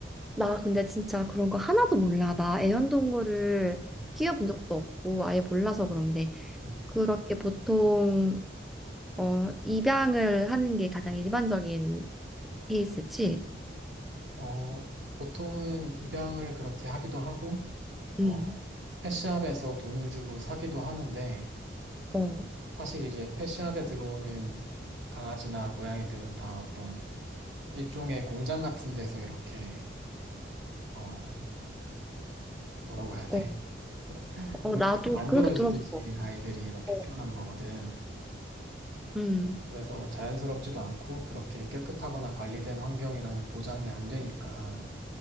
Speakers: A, in the centre; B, on the right (about 70°).
A: 나 근데 진짜 그런 거 하나도 몰라. 나 애완동물을
B: 음,
A: 키워본 적도 없고 아예 몰라서 그런데
B: 음.
A: 그렇게 보통 어 입양을 하는 게 가장 일반적인 케이스지.
B: 어, 보통은 입양을 그렇게 하기도 하고
A: 응.
B: 어, 펫샵에서 돈을 주고 사기도 하는데
A: 어.
B: 사실 이제 펫샵에 들어오는 강아지나 고양이들은 다 어떤 일종의 공장 같은 데서 이렇게 어 뭐라고 해야 돼?
A: 어.
B: <laughs>
A: 어
B: 공장에서
A: 나도
B: 만들어지듯이
A: 그렇게 들었어.
B: 아이들이 이렇게
A: 어.
B: 태어나는 거거든.
A: 음.
B: 그래서 자연스럽지도 않고 그렇게 깨끗하거나 관리된 환경이라는 보장이 안 되니까